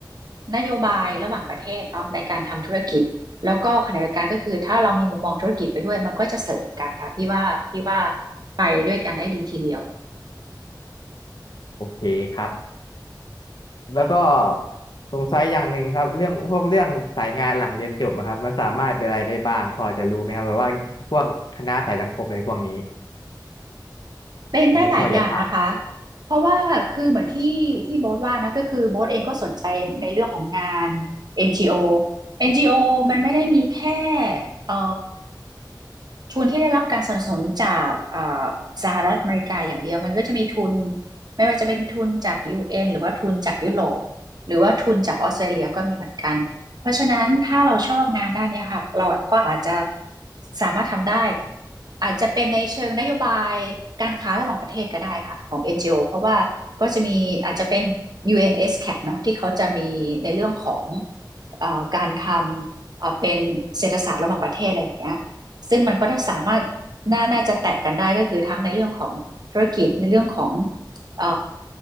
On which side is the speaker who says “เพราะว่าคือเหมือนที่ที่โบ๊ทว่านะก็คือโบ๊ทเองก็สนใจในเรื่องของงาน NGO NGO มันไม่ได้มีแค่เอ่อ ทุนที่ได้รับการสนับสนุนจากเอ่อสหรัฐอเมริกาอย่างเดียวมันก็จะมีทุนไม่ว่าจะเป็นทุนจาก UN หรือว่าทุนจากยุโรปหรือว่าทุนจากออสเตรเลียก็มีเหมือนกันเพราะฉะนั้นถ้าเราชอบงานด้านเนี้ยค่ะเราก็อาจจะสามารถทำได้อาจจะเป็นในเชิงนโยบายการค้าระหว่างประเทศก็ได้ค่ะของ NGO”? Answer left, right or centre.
Right